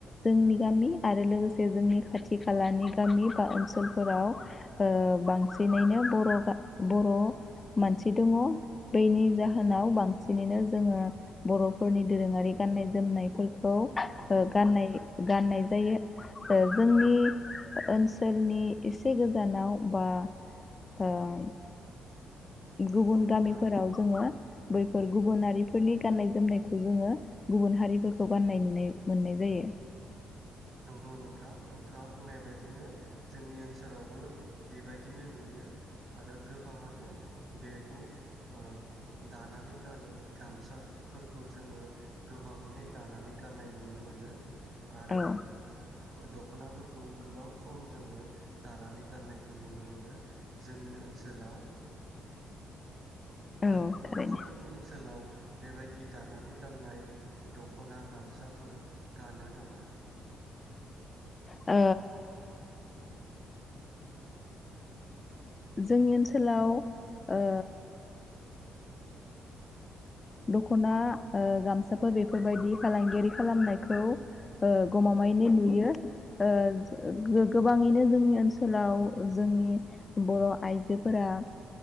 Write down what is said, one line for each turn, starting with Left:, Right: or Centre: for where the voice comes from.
Left: जोंनि गामि आरो लोगोसे जोंनि खाथि खालानि गामि बा ओन्सोलफोराव ओ बांसिनैनो बर' गा ओ बर' मानसि दङ। बैनि जाहोनाव बांसिनैनो जोङो बर'फोरनि दोरोङारि गान्नाय जोमनायफोर खौ ओ
Right: नंगौ नोंथां
Left: गान्नाय गान्नाय जायो। ओ जोंनि ओन्सोलनि इसे गोजान आव बा ओम
Right: नंगौ
Left: गुबुन
Right: नोंथां
Left: गामिफोराव जोङो बैफोर गुबुनारिफोरनि गान्नाय जोमनायखौ जोङो गुबुन हारिफोरखौ गान्नाय नुनाय मोन्नाय जायो।
Right: नंगौ नोंथां नोंथाङा बुंनाय बायदिनो जोंनि ओन्सोलावबो बेबायदिनो नुयो आरो गोबाङानो बेखौ ओ दानानै गानो् गामसाफोरखौ जोङो गोबाङैनो दानानै गान्नाय नुनो मोनो। आरो
Left: औ
Right: ओ दख'नाफोरखौ गोबां खम जोङो दानानै गाननायखौ नुनो मोनो जोंनि ओनसोलाव।
Left: औ
Right: नों नोंथांमोननि
Left: थारैनो
Right: ओनसोलाव बेबायदि दानानै गाननाय दख'ना गामसाफोर गानो नामा?
Left: ओ जोंनि ओनसोलाव ओ दख'ना ओ गामसाफोर बेफोरबायदि फालांगियारि खालामनायखौ ओ गमामायैनो नुयो। ओ गो-गोबाङैनो जोंनि ओनसोलाव जोंनि बर' आइजोफोरा